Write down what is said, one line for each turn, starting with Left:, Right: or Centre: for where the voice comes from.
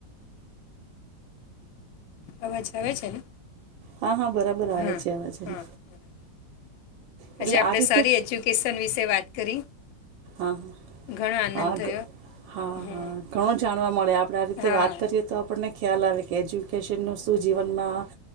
Left: અવાજ આવે છે ને.
Right: હા હા બરાબર આવે
Left: હા
Right: છે અવાજને
Left: હા બરાબર.
Right: એટલે
Left: આજે આપણે
Right: આ રીતે.
Left: સારી એજ્યુકેશન વિશે વાત કરી.
Right: અહ
Left: ઘણો આનંદ
Right: અહ
Left: થયો
Right: હા
Left: હમ
Right: હા ઘણું જાણવા મળે આપણે આ રીતે
Left: હા
Right: વાત કરીએ તો આપણને ખ્યાલ આવે કે એજ્યુકેશનનું શું જીવનમાં